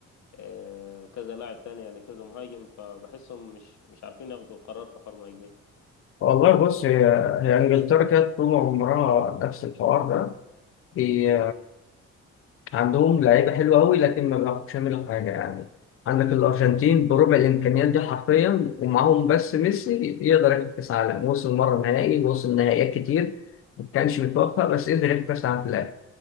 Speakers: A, on the left; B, on the left.
A: آه، كذا لاعب تاني يعني كذا مهاجم فبحسهم مش مش عارفين ياخدوا قرار في حوار مهاجمين
B: والله بص هي هي انجلترا كانت طول عمرها نفس الحوار ده بي... عندهم لعيبه حلوه قوي لكن ما بيعرفوش يعملوا حاجه يعني عندك الارجنتين بربع الامكانيات دي حرفيا ومعاهم بس ميسي يقدر ياخد كاس عالم وصل مره نهائي وصل نهائيات كتير ما كانش متوفق بس قدر ياخد كاس عالم في الاخر